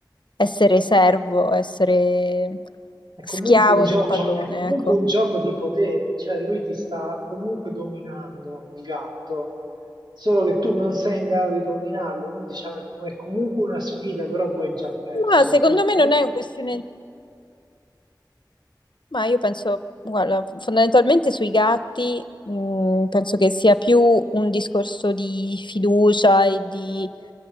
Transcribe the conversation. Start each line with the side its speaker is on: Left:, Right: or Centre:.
Left: essere servo, essere
Right: È
Left: schiavo
Right: comunque un gioco,
Left: del padrone,
Right: è comunque
Left: ecco.
Right: un gioco di potere, cioè lui ti sta comunque dominando, il gatto. solo che tu non sei in grado di dominarlo, quindi diciamo è, com- è comunque una sfida, però tu hai già perso.
Left: Ma secondo me non è una questione Ma io penso, guarda, fondamentalmente sui gatti, mh, penso che sia più un discorso di fiducia e di